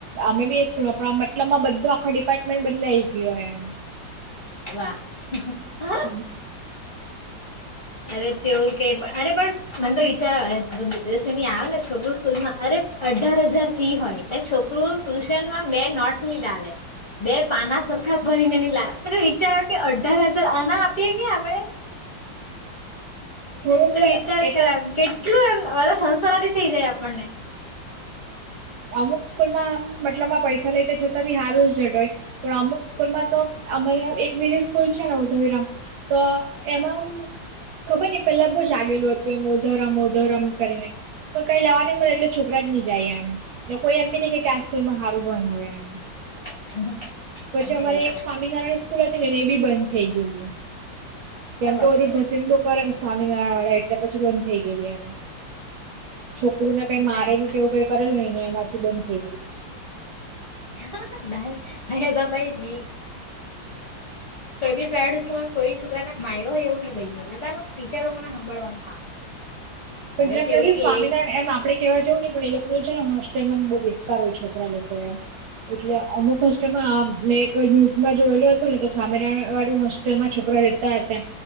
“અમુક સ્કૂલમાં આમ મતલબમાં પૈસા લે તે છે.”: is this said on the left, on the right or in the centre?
Right